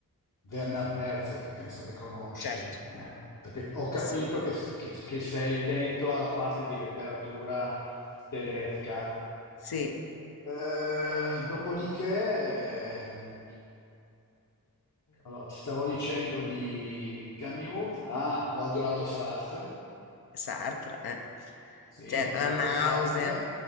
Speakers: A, on the left (about 55°); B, on the left (about 80°).
A: Werner Herzog, che penso che conosci,
B: Certo,
A: eh? Perché ho capito
B: assolutamente.
A: che, che che sei dentro alla parte di letteratura tedesca.
B: Sì,
A: Eh, dopodiché, ehm, allora, ti stavo dicendo di Camus. Ah, ho adorato Sartre.
B: Sartre, eh.
A: Sì,
B: Cioè,
A: ho adorato
B: la nausea.
A: Sartre.